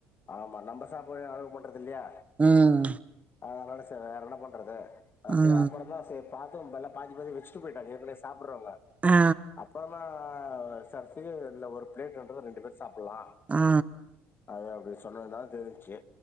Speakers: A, on the left; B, on the right.
A: ஆமா நம்ம சாப்பாடயு அளோ பண்றது இல்லையா
B: ம்
A: அதனால செர் வேற என்ன பண்றது
B: ம்
A: சரி அப்பறோதா சரி பாத்தும் பல பாதி பாதி வெச்சுட்டு போயிட்டாங்க ஏற்கனே சாப்புறவங்க
B: ஆ
A: அப்றமா <unintelligible> இல்ல ஒரு பிளேட்டு வாங்குனா ரெண்டு பேர் சாப்பிலா
B: ஆ
A: அது அப்டி சொன்னனால தெரிஞ்சிச்சு